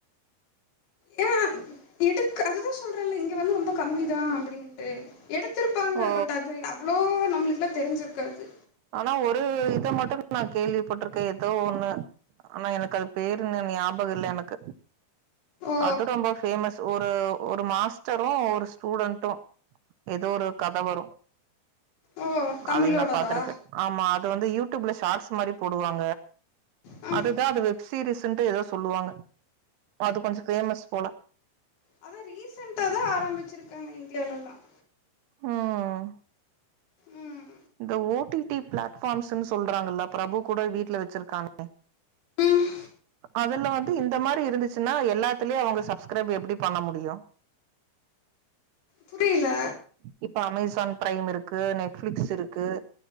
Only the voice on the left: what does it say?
யா எடு அதுதான் சொல்றேன்ல்ல இங்க வந்து ரொம்ப கம்மி தான் அப்படின்னு எடுத்தருப்பாங்க
பட் அது அவ்ளோ நம்மளுக்குலாம் தெரிஞ்சிருக்காது
ஓ
ஓ தமிழோடதா
ஆ
அதான் ரீசெண்ட்டா அதான் ஆரம்பிச்சிருக்காங்க இந்தியாவலல்லாம்
உம்
ம்
புரியல